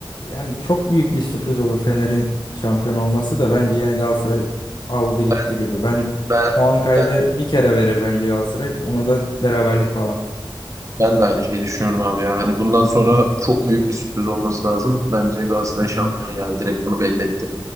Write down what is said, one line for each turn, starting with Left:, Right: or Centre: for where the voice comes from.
Left: yani çok büyük bir sürpriz olur Fener'in şampiyon olması da bence yani Galatasaray aldı gitti
Right: Ben
Left: gibi. Bence
Right: ben
Left: puan kaybı
Right: ben
Left: bir kere verir bence Galatasaray. Onu da beraberlik falan.
Right: Ben de aynı şeyi düşünüyorum abi ya. Hani bundan sonra
Left: Hı hı,
Right: çok büyük bir sürpriz olması lazım. Bence Galatasaray
Left: hı hı.
Right: şampiyon yani direkt bunu belli etti.